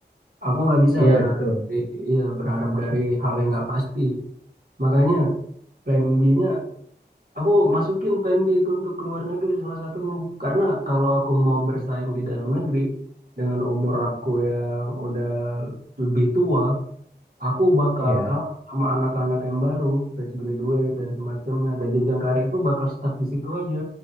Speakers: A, on the right; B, on the left.
A: Aku nggak bisa
B: Iya
A: berharap,
B: betul.
A: dari- iya, berharap dari hal yang nggak pasti. Makanya plan B-nya, aku masukin plan B itu untuk keluar negeri salah satunya. Karena kalau aku mau bersaing di dalam negeri, dengan umur aku yang udah lebih tua, Aku bakal
B: Iya.
A: kalah sama anak-anak yang baru, fresh graduate dan semacamnya. Dan jenjang karir itu bakal stuck di situ aja.